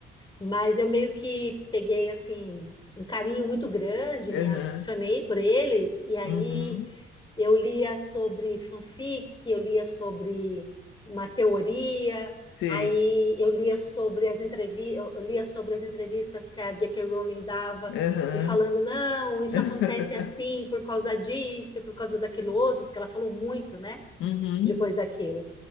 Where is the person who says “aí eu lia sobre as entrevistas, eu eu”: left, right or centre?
Left